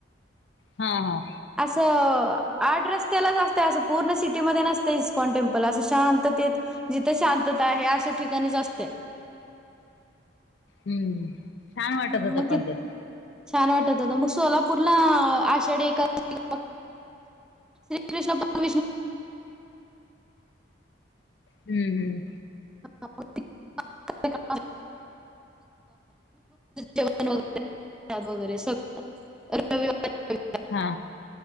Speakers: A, on the left; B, in the centre.
A: हा हा
B: असं आड रस्त्यालाच असतं असं पूर्ण सिटीमध्ये नसत इस्कॉन टेम्पल असं शांततेत जिथे शांतता आहे हे अशा ठिकाणीच असते.
A: हम्म छान वाटत
B: हम्
A: होत
B: मग तिथं
A: पण ते
B: छान वाटत होता मग सोलापूरला आषाढी एकादशी श्रीकृष्ण पण
A: हम्म हम्म
B: विष्णू जेवणग वगैरे सग रविवार
A: हा